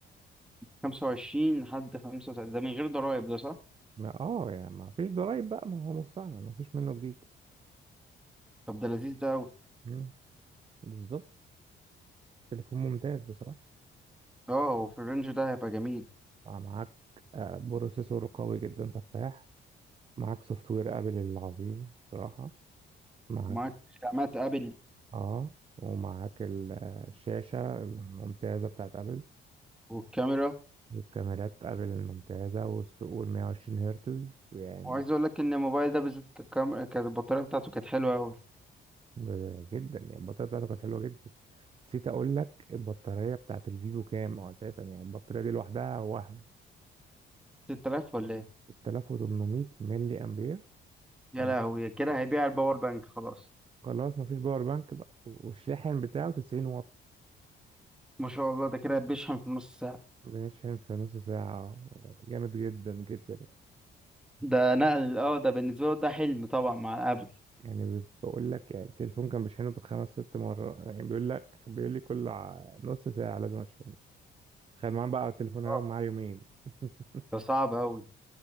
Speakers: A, in the centre; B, on the right.
A: 25 لحد 35 ده من غير ضرايب ده صح
B: ما اه يعني ما فيش ضرايب بقى ما هو مستعمل ما فيش منه جديد
A: طب ده لذيذ ده أوي
B: مم. بالظبط تليفون ممتاز بصراحة
A: اه هو في الرينج ده هيبقى جميل
B: آه، معاك آه، بروسيسور قوي جدا سفاح معاك سوفت وير ابل العظيم بصراحة معاك
A: معاك خامات أبل
B: اه ومعاك ال- الشاشة الممتازة بتاعت ابل
A: والكاميرا
B: والكاميرات ابل الممتازة والثقوب 120 هرتز يعني
A: وعايز اقول لك ان الموبايل ده بالذات الكاميرا كانت البطاريه بتاعته كانت حلوه قوي
B: ب- جدا يعني البطارية بتاعته كانت حلوة جدا نسيت اقول لك البطارية بتاعت الفيفو كام آه، اساسا يعني البطارية دي لوحدها وهم
A: 6000 ولا ايه
B: 3800 ملي امبير
A: يا
B: تمام
A: لهوي كده هيبيع الباور بانك خلاص
B: خلاص مفيش باور بانك بقى والشاحن بتاعه 90 واط
A: ما شاء الله ده كده بيشحن في نص ساعه
B: بنشحن في نص ساعة آه، يعني جامد جدا جدا يعني.
A: ده نقل اه ده بالنسبه له ده حلم طبعا مع ابل
B: يعني بقول لك يعني التليفون كان بيشحنه بخمس ست مرات يعني بيقول لك بيقول لي كل ع- نص ساعة لازم اشحنه تخيل معاه بقى التليفون
A: اه
B: هيقعد معاه يومين <laughs>
A: ده صعب قوي